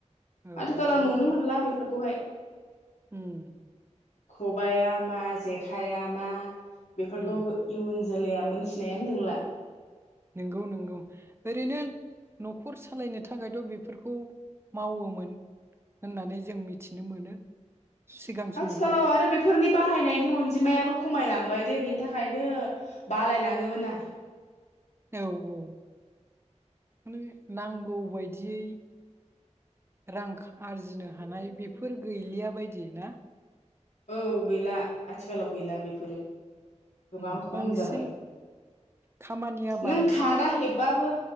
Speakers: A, on the right; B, on the left.
A: औ
B: आथिखालाव
A: न'खरावबो
B: नुनो मोनला बेफोरखौहाय
A: उम
B: खबायआ मा जेखाइाया मा बेफोरखौ
A: उम
B: इयुन जोलैया मोनथिनायानो नंला।
A: नंगौ-नंगौ ओरैनो न'खर सालायनो थाखायथ बेफोरखौ मावोमोन होननानै जों मिथिनो मोनो सिगां समावहाय
B: आथिखालाव आरो बेफोरनि बाहायनायनि अनजिमायाबो खमायलांबाय दे बेनि थाखायनो बालाय लांङोमबो ना
A: औ औ माने नांगौ बायदियै रां आरजिनो हानाय बेफोर गैलिया बायदि ना
B: औ गैला आथिखालाव गैला बेफोरो गोबां
A: उम
B: खम
A: बांसिन
B: जाबाय
A: खामानिया
B: नों
A: बांसिन
B: खादा हेबबाबो